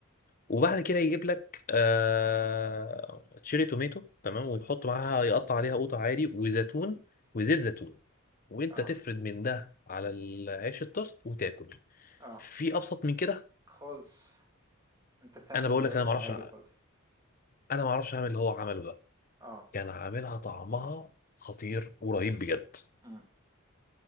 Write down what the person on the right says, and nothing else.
آه،
آه،
خالص. أنت بتعمل
ساندوتش
عادي خالص.
آه،
إمم.